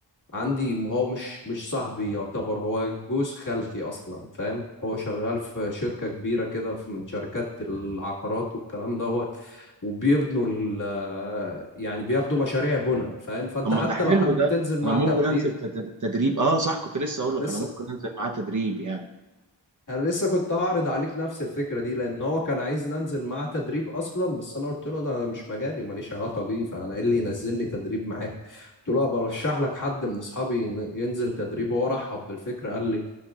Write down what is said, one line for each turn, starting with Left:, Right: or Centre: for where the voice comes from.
Left: عندي هو مش مش صاحبي يعتبر هو جوز خالتي اصلا فاهم هو شغال في شركة كبيرة كده في من شركات العقارات والكلام دوت وبيبنوا ال- يعني بياخدوا مشاريع بنا فاهم فانت
Right: طب ما
Left: حتى
Right: ده حلو
Left: لو حابب
Right: ده
Left: تنزل معاه
Right: انا ممكن
Left: تبديل
Right: انزل تد- تدريب اه صح كنت لسه اقول لك
Left: لسه
Right: انا ممكن انزل معاه تدريب يعني
Left: انا لسه كنت هعرض عليك نفس الفكرة دي لان هو كان عايز ننزل معاه تدريب اصلا بس انا قلت له ده مش مجالي ماليش علاقة بيه فانا ايه اللي ينزلني تدريب معاك قلت له برشح لك حد من اصحابي ين- ينزل تدريب وهو رحب بالفكرة قال لي